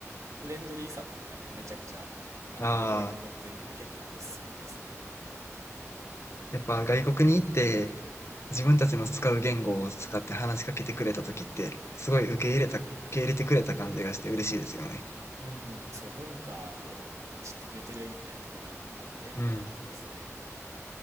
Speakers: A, on the right; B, on the left.
A: フレンドリーさっていうのがね、めちゃくちゃ、あの、
B: ああ。
A: 心に残ってるんで結構おすすめですね。
B: やっぱ外国に行って
A: うん。
B: 自分たちの使う言語を使って話しかけてくれた時ってすごい受け入れた、
A: うん。
B: 受け入れてくれた感じがして嬉しいですよね。
A: うん、そう、文化を知ってくれてるみたいなとこがあってよかったですね。
B: うん。